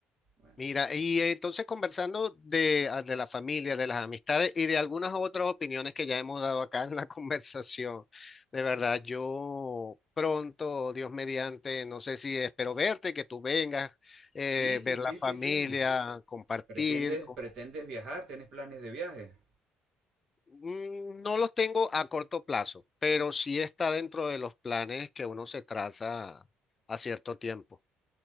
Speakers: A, on the right; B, on the left.
A: Bueno.
B: Mira, y entonces conversando de, ah, de la familia, de las amistades y de algunas otras opiniones que ya hemos dado acá en la <laughs> conversación, de verdad, yo pronto, Dios mediante, no sé si espero verte, que tú vengas, eh,
A: Sí, sí,
B: ver
A: sí,
B: la familia,
A: sí, sí.
B: compartir.
A: ¿Pretendes,
B: co-
A: pretendes viajar? ¿Tienes planes de viaje?
B: Mm, No los tengo a corto plazo, pero sí está dentro de los planes que uno se traza a cierto tiempo.